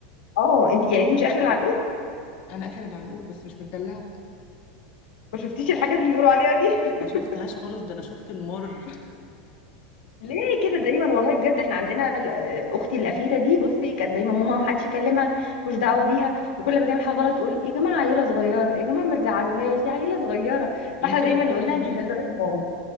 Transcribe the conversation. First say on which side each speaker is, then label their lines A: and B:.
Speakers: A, on the left; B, on the left.
A: اه انت يعني انت مش اخر العنقود
B: انا اخر العنقود بس مش متدلعه
A: ما شفتيش الحاجات اللي بيقولوا عليها دي <laughs>
B: ما شفتهاش خالص ده انا شفت المر <laughs>
A: ليه كده دايما والله بجد احنا عندنا ال- آه، اختي الاخيره دي بصي كانت دايما ماما ما حدش يكلمها ملوش دعوه بيها وكل ما تعمل حاجه غلط تقول يا جماعه عيله صغيره يا جماعه ما تزعلوهاش دي عيله صغيره
B: يمكن
A: فاحنا دايما
B: الفرق
A: نقول
B: كبير
A: لها انت دلوقتي ماما